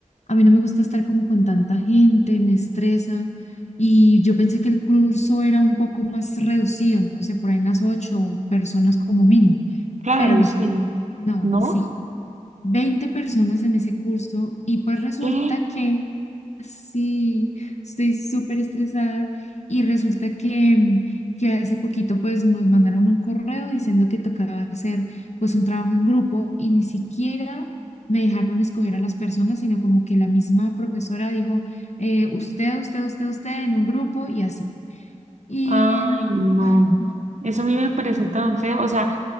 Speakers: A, on the left; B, on the right.
A: a mí no me gusta estar como con tanta gente, me estresa. Y yo pensé que el curso era un poco más reducido, no sé, por ahí unas ocho personas como mínimo.
B: claro,
A: Pero no,
B: sí.
A: no,
B: ¿No?
A: sí 20 personas en ese curso y pues resulta
B: ¿Qué?
A: que, sí, estoy súper estresada y resulta que, mm, que hace poquito pues nos mandaron un correo diciendo que tocaba hacer pues un trabajo en grupo y ni siquiera me dejaron escoger a las personas, sino como que la misma profesora dijo, eh, usted, usted, usted, usted en un grupo y así. Y,
B: Ay, no.
A: ay,
B: Eso a mí me parece tan feo. O sea,